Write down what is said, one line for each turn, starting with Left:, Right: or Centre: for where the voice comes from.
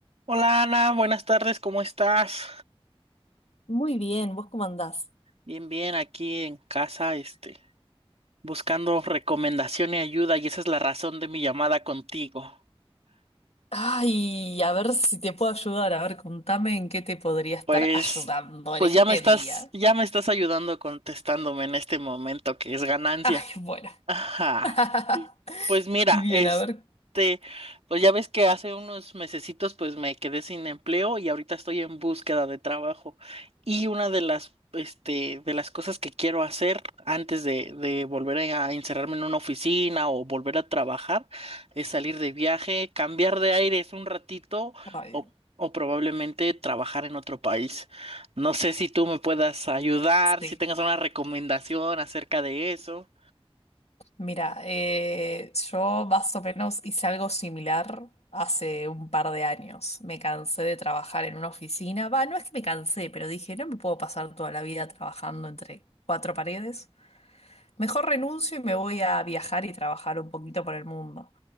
Right: Hola Ana, buenas tardes, ¿cómo estás?
Left: Muy bien, ¿vos cómo andás?
Right: Bien, bien, aquí en casa, este, buscando recomendación y ayuda, y esa es la razón de mi llamada contigo.
Left: Ay, a ver si te puedo ayudar. A ver, contame en qué te podría estar
Right: Pues,
Left: ayudando en
Right: pues
Left: este
Right: ya me estás,
Left: día.
Right: ya me estás ayudando contestándome en este momento, que es ganancia.
Left: Ay, bueno.
Right: Ajá.
Left: <laughs>
Right: y- Pues mira,
Left: Bien,
Right: este,
Left: a ver.
Right: pues ya ves que hace unos mesecitos pues me quedé sin empleo y ahorita estoy en búsqueda de trabajo. Y una de las, este, de las cosas que quiero hacer antes de, de volver a encerrarme en una oficina o volver a trabajar es salir de viaje, cambiar de aires un ratito
Left: Ay,
Right: o, o probablemente trabajar en otro país. No sé si tú me puedas ayudar,
Left: sí.
Right: si tengas una recomendación acerca de eso.
Left: Mira, eh, yo más o menos hice algo similar hace un par de años. Me cansé de trabajar en una oficina. Va, no es que me cansé, pero dije, no me puedo pasar toda la vida trabajando entre cuatro paredes. Mejor renuncio y me voy a viajar y trabajar un poquito por el mundo.